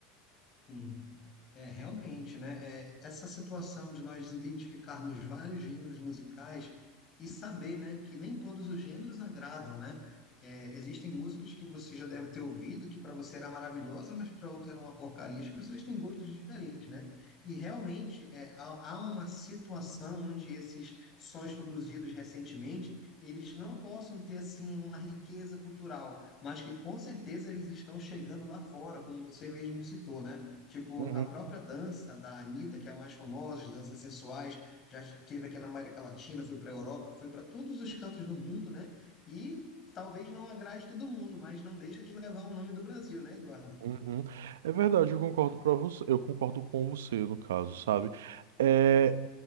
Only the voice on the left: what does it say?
Sim, é realmente, né? É, essa situação de nós identificarmos vários gêneros musicais e saber, né, que nem todos os gêneros agradam, né? É, existem músicas que você já deve ter ouvido que para você era maravilhosa, mas para outra era uma porcaria. As pessoas têm gostos diferentes, né? E realmente é, há, há uma situação onde esses sons produzidos recentemente eles não possam ter assim uma riqueza cultural, mas que com certeza eles estão chegando lá fora, como você mesmo citou, né? Tipo,
a própria dança da Anitta, que é a mais famosa, as danças sensuais, já esteve aqui na América Latina, foi para a Europa, foi para todos os cantos do mundo, né? E talvez não agrade todo mundo, mas não deixa de levar o nome do Brasil, né, Eduardo?